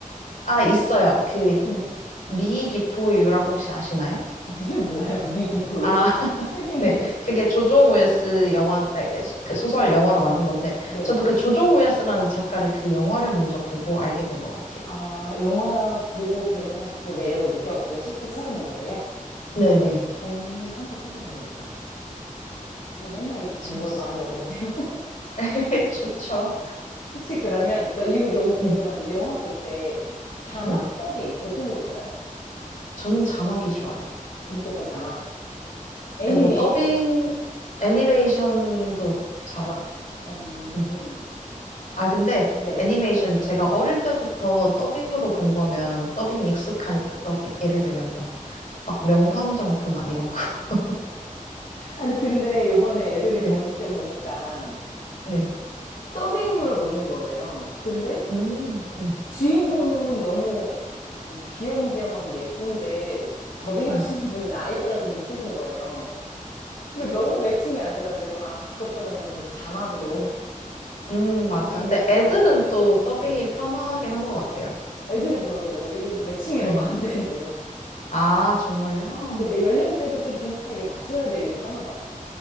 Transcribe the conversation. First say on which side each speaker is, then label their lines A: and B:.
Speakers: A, on the left; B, on the left.
A: 아, 있어요. 그,
B: 응.
A: Me Before You라고 혹시 아시나요?
B: <laughs> 아니, 몰라요. 미 비포
A: 아,
B: 유
A: <laughs>
B: <laughs>
A: 네. 그게 조조 우에스 영화, 아니, 그 소설 영화로 만든 건데,
B: 네.
A: 저도 그 조조 우에스라는 작가를 그 영화를 먼저 보고 알게 된 것 같아요.
B: 아, 영화 보고 괜찮은 그 매력을 느껴가지고 책도 찾아본 거예요?
A: 네네.
B: 오, 한번 찾아봐야 되겠다. 제가 맨날 이렇게 정보를
A: 재밌어요.
B: 많이 얻어가네요. <laughs>
A: <laughs> 좋죠.
B: 혹시 그러면, 나 이거 너무 궁금한데,
A: 네,
B: 영화 볼 때 자막
A: 네.
B: 더빙 어떤 게 좋아요?
A: 저는 자막이 좋아요.
B: 무조건 자막. 애니메이션은?
A: 뭐, 더빙, 애니메이션도 자막.
B: 자막. 어,
A: 네. 아, 근데
B: 네.
A: 애니메이션이 제가 어릴 때부터 더빙으로 본 거면 더빙이 익숙하니까 더빙. 예를 들면 뭐, 막 명탐정 코난 이런 거. <laughs>
B: 아니, 근데 요번에 애들이
A: 네,
B: 본 때 보니까
A: 네.
B: 더빙으로 보는 거예요. 근데
A: 음, 네,
B: 주인공은 너무 막 귀염귀염하고 예쁜데 더빙하시는
A: 네.
B: <laughs> 분이 나이대가 좀 있으신 거예요. 그게 너무 매칭이 안 돼가지고 아 그것보다는 그냥 자막으로 <laughs>
A: 음, 맞아.
B: 보는
A: 근데
B: 게
A: 애들은
B: 나을 수 있겠다.
A: 또 더빙이
B: 네.
A: 편하긴 한 것 같아요.
B: 애들이 그러더라고. 이게 매칭이
A: 네.
B: 너무 안 된대요.
A: 아, 정말요?
B: 근데 연령대도 좀 비슷하게 맞춰야 되기도 하나 봐요.